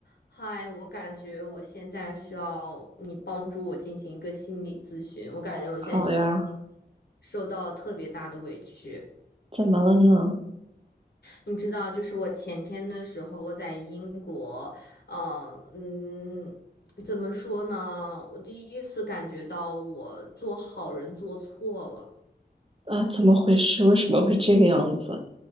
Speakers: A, on the left (about 80°); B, on the right (about 35°).
A: 嗨，我感觉我现在需要你帮助我进行一个心理咨询。我感觉我现在心里
B: 好呀，
A: 受到了特别大的委屈。
B: 怎么了呢？
A: 你知道，就是我前天的时候，我在英国，呃，嗯，怎么说呢？我第一次感觉到我做好人做错了。
B: 啊，怎么回事？为什么会这个样子？